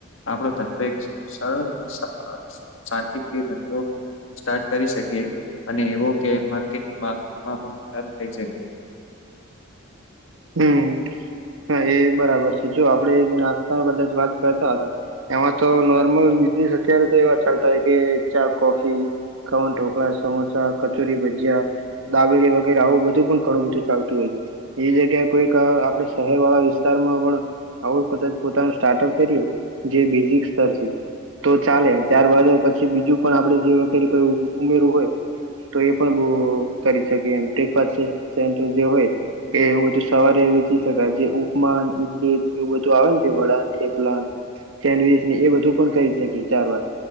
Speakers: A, on the left; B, on the right.
A: આપણો ધંધો એક સરળ અને શાંતિપ્રિય ધંધો. સ્ટાર્ટ કરી શકીએ અને એવો કે માર્કેટની માંગમાં પણ વધારો થઈ શકે.
B: હમ હા એ બરાબર છે જો આપડે જે નાસ્તા ન કદાચ વાત કરતા હતા. એમાં તો નોર્મલ બિઝનેસ અત્યારે તો એવા ચાલતા હોય કે ચા કોફી. કવન ઢોકળા સમોસા કચોરી ભજયા. દાબેરી વગેરે આવું બધું પણ ઘણું બધું ચાલતું હોય છે એ. કોઈક આપણે શહેર વાળા વિસ્તારમાં પણ. આવો કદાચ પોતાનું સ્ટાર્ટઅપ કરીએ જે બેઝિકર. તો ચાલે ચ્યાર બાજુ પછી બીજું પણ આપડે જે વગેરે કોઈ ઉમેરું હોય તો એ પણ બ કરી શકી એમ બ્રેકફાસ જે હોય એવું બધું સવારે વેચી શકાય જે ઉપમાન ઇડલી એવું બધું આવેને છે વળણેકલાન સેન્ડવીચને એ બધું પણ કરી શકીએ ચાર વાર